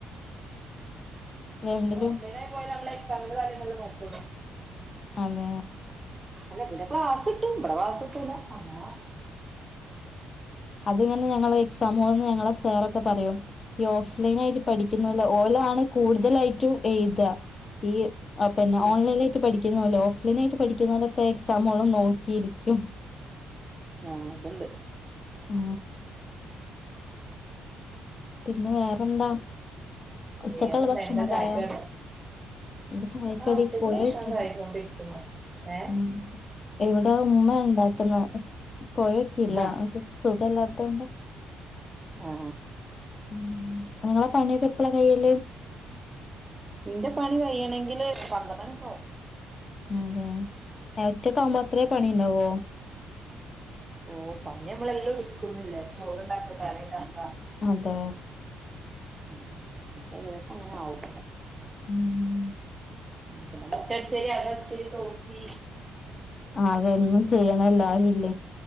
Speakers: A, on the left; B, on the right.
A: രണ്ടിലും
B: ഓഫ്ലൈനായി പോയ ഞമ്മെ എക്സാമിന്റെ തലേന്നെ നോക്കുള്ളൂ
A: അതെ
B: അല്ല പിന്നെ ക്ലാസ് ഇട്ടും ഇവിടെ ക്ലാസ്സല്ല അങ്ങനെ
A: അതിങ്ങനെ ഞങ്ങള് എക്സാ മോൾന്ന് ഞങ്ങളെ സാറൊക്കെ പറയും ഈ ഓഫ് ലൈനായിട്ട് പഠിക്കുന്നല്ല ഓലാണ് കൂടുതലായിട്ടും ഇത ഈ ആ പിന്നെ
B: ഉം
A: ഓൺലൈൻ ആയിട്ട് പഠിക്കുന്നെ ഓഫ് ലൈൻ ആയിട്ട് പഠിക്കുന്നവരൊക്കെ എക്സാമോളം നോക്കിയിരിക്കും
B: ആ അത്ണ്ട്
A: ആ പിന്നെ വേറെന്താ ഉച്ചക്ക്
B: വേറെന്താ
A: ഭക്ഷണം
B: എന്താ
A: ക്ക്
B: ചായക്ക്
A: ആയോ
B: കടി
A: ഇവിടെ സഹായിക്കടി
B: ആഹ് ഉച്ചക്ക്
A: പോയൂക്കി
B: ഭക്ഷണൊക്കെ ആയിക്കൊണ്ടിരിക്കുന്നു ഏഹ്
A: ഉം എവിടൊ ഉമ്മ ഉണ്ടാക്കുന്ന പോയൊക്കെല്ല
B: ആഹ്
A: സുഖല്ലാത്ത കൊണ്ട്
B: ആ ആ
A: ഉം നിങ്ങളെ പണിയൊക്കെ എപ്പഴാ കയല്
B: നിന്റെ പണി കയ്യണെങ്കില് പന്ത്രണ്ടണിക്കവും
A: അതെ ഒറ്റക്ക് ആവുമ്പോ അത്രേ പണി ഉണ്ടാവോ
B: ഓ പഞ്ഞി നമ്മളെല്ലാം വിടുക്കുന്നില്ല ചോറ് ഉണ്ടാക്ക കറി ഉണ്ടാ
A: അതെ
B: ഉം ചില ദിവസം അങ്ങനെ ആവും
A: ഉം ഉം
B: ഉം പിന്നെ മറ്റടച്ചരി അകടച്ചരി തോത്തി
A: അതന്നും ചെയ്യണം എല്ലാരും ഇല്ല